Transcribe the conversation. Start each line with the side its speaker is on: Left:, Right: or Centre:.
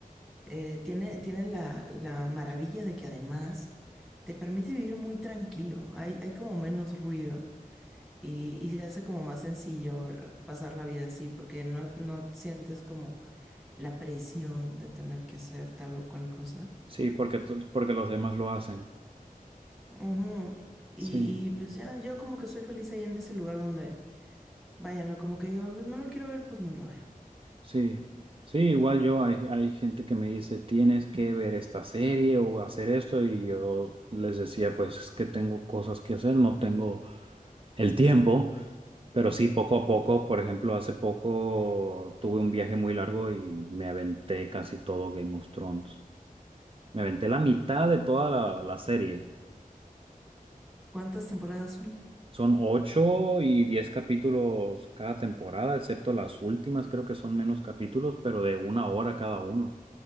Centre: eh, tiene, tiene la, la maravilla de que además te permite vivir muy tranquilo. Hay, hay como menos ruido y, y se hace como más sencillo pasar la vida así, porque no, no sientes como la presión de tener que hacer tal o cual cosa.
Right: Sí, porque, to- porque los demás lo hacen.
Centre: Ujú. Y,
Right: Sí,
Centre: y pues ya, yo como que soy feliz ahí en ese lugar donde, vaya, no, como que digo, "Pues, no lo quiero ver, pues no lo veo.
Right: sí. Sí, igual yo, hay, hay gente que me dice, tienes que ver esta serie o hacer esto, y yo les decía, pues es que tengo cosas que hacer, no tengo el tiempo, pero sí, poco a poco, por ejemplo, hace poco tuve un viaje muy largo y me aventé casi todo Game of Thrones. Me aventé la mitad de toda la, la serie.
Centre: ¿Cuántas temporadas son?
Right: Son ocho y diez capítulos cada temporada, excepto las últimas, creo que son menos capítulos, pero de una hora cada uno.